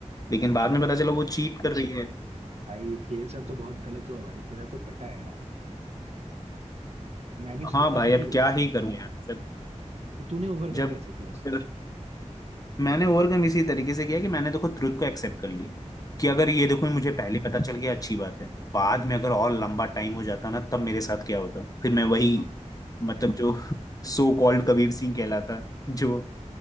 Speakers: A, on the left; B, on the right.
A: लेकिन
B: अच्छा
A: बाद में पता चला वो चीट कर रही अच्छा
B: भाई तेरे साथ तो बहुत गलत हुआ भाई तेरा तो कटा है यार मैं भी
A: है
B: सोचता
A: हाँ भाई
B: था
A: अब
B: कि
A: क्या ही करूं यार
B: तो तूने ओवरकम
A: जब
B: कैसे किया उससे
A: जब मैंने ओवरकम इसी तरीके से किया कि मैंने देखो ट्रुथ को एक्सेप्ट कर लिया कि अगर
B: हाँ
A: ये
B: हाँ
A: देखो मुझे पहले पता चल गया अच्छी बात है बाद में अगर और लंबा टाइम हो जाता ना तब मेरे साथ क्या होता फिर मैं वही
B: हाँ
A: मतलब जो सो कॉल्ड कबीर सिंह कहलाता जो